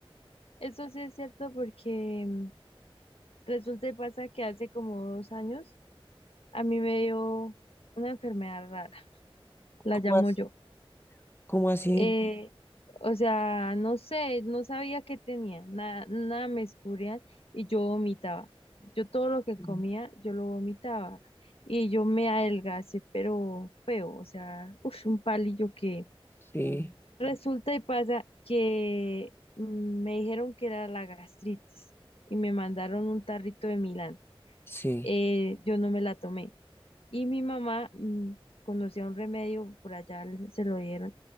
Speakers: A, on the left (about 75°); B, on the left (about 25°).
A: Eso sí es cierto porque mm, resulta y pasa que hace como dos años a mí me dio una enfermedad rara, la
B: ¿Cómo,
A: llamo
B: as-
A: yo.
B: cómo así?
A: Eh, o sea, no sé, no sabía qué tenía, nada, nada me escurrían y yo vomitaba. Yo todo lo que
B: Mm.
A: comía, yo lo vomitaba y yo me adelgacé, pero feo, o sea, uf, un palillo que
B: Sí,
A: resulta y pasa que mm, me dijeron que era la gastritis y me mandaron un tarrito de Milán.
B: sí,
A: Eh, yo no me la tomé. Y mi mamá mm, conocía un remedio, por allá le- se lo dieron,